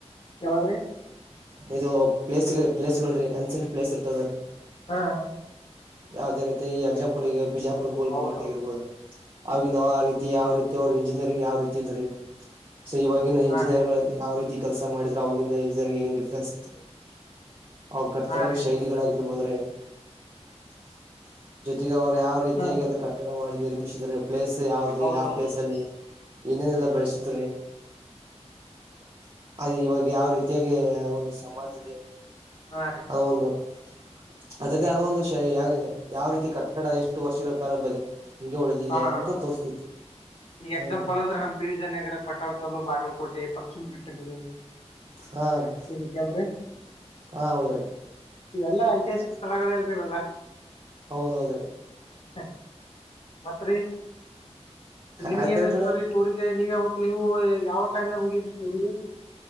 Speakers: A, on the left; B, on the right.
A: ಯಾವದ್ರೀ
B: ಇದು ಪ್ಲೇಸ್ ಪ್ಲೇಸ್ಗಳು ರೀ ಎನ್ಸೆಂಟ್ ಪ್ಲೇಸ್ ಇರ್ತದ ರೀ
A: ಹಾ
B: ಯಾವ್ದೇ ರೀತಿ ಈ ಎಕ್ಸಾಂಪಲ್ ಈಗ ಬಿಜಾ ಪುರ್ ಗೋಲ್
A: ಹೌದೌದ್ರಿ
B: ಗುಮ್ಮಟ್ ಆಗಿರ್ಬೋದ್ರೀ
A: ಹೌದ್ರಿ
B: ಅವಗನವು ಆ ರೀತಿ ಯಾವ್ ರೀತಿ ಅವ್ರ ಇಂಜಿನಿಯರಿಂಗ್ ಯಾವ್ ರೀತಿ ಇದ್ರಿ ಸೊ ಇವಾಗಿನ ಎಂಜಿನಿಯರ್ಗಳ್
A: ಹಾ ರೀ
B: ಯಾವ್ ರಿ ತಿ ಕೆಲ್ಸ ಮಾಡಿದ್ರ ಅವಗಿಂದ ಇಂಜಿನಿಯರ್ ಏನ್ ಡಿಫ್ರೆನ್ಸ್ <unintelligible> ಅವ್ರ ಕಟ್ಟಡ
A: ಹಾ ರೀ
B: ಶೈಲಿಗಳಾಗಿರ್ಬಹದ ರ <unintelligible> ಜೊತೆಗೆ ಅವ ಯಾವ ರೀತಿಯಾಗಿ
A: ಹಾ ರೀ
B: ಅದು ಕಟ್ಟ ಮಾಡಿ ನಿರ್ಮಿಸಿದರೆ ಪ್ಲೇಸ್ ಯಾವ್ದು
A: ಹೌದೌದ್ರಿ
B: ಯಾವ್ ಪ್ಲೇಸ್
A: ಹೌದು
B: ಅಲ್ಲಿ ಏನೇನೆಲ್ಲ ಬಳಸಿದ್ರಿ <unintelligible> ಅದ್ ಇವಗ ಯಾವ್ ರೀತಿಯಾಗಿ ಒಂದು ಸಮಾಜದ
A: ಹಾ ರೀ
B: ಆ ಒಂದು <unintelligible> ಅದರದ್ದೇ ಆದ ಒಂದು ಶಾ ಯಾ ಯಾವ್ ರೀತಿ ಕಟ್ಟಡ ಎಷ್ಟು ವರ್ಷಗಳ ಕಾಲ ಬದಿ ಹಿಂಗೆ ಉಳಿದಿದೆ
A: ಹಾ
B: ಅಂತ
A: ಹಾ
B: ತೋರ್ಸ್ತೈತಿ
A: ಹ ಈಗ್ ಎಕ್ಸಾಂಪಲ್
B: ಹ್ಮ್
A: ಅಂದ್ರೆ ಹಂಪಿ ವಿಜಯನಗರ ಪಟಾಳ್ಕಲ್ಲು ಬಾಗಲಕೋಟೆ ಪಶ್ಚಿಮ ಘಟ್ಟಗಳು <unintelligible>
B: ಹಾ ರೀ
A: ಈ ರೀತಲ್ರಿ
B: ಹಾ ಹೌದ್ರೀ
A: ಇವೆಲ್ಲಾ ಐತಿಹಾಸಿಕ ಸ್ಥಳಗಳಲ್ರಿ ಇವೆಲ್ಲ
B: ಹೌದೌದ್ರೀ
A: ಹ ಮತ್ರಿ ನಿಮ್ಗೆ
B: ಆಯ್ತೇನ್ರಣ್ಣ
A: ಏನ್ ಅನ್ಸುತ್ರಿ ಟೂರಿಗ್ ನೀವ್ ಯಾವ ನೀವು ಯಾವ ಟೈಮ್ನಾಗ ಹೋಗಿದ್ರಿ ಟೂರಿಗೆ?